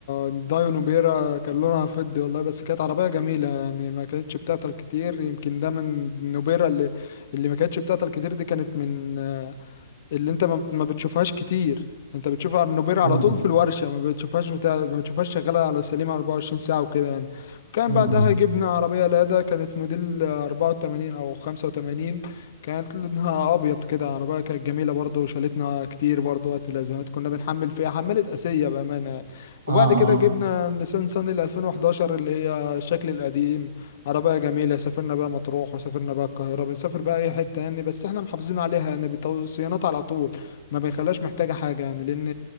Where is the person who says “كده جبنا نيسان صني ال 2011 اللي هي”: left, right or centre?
Left